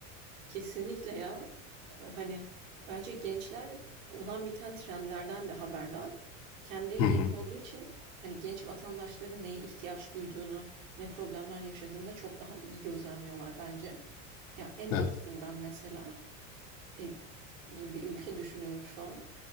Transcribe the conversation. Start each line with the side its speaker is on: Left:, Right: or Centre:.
Right: Kesinlikle ya. Hani bence gençler olan biten trendlerden de haberdar. Kendileri
Left: Hı
Right: genç
Left: hı.
Right: olduğu için hani genç vatandaşların neye ihtiyaç duyduğunu, ne problemler yaşadığını da çok daha iyi gözlemliyorlar bence. Ya en
Left: Evet,
Right: basitinden mesela e, dur bir ülke düşünüyorum şu an.